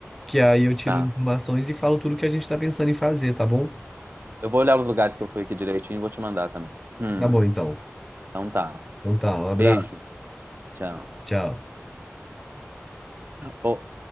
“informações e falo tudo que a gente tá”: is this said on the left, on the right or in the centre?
Centre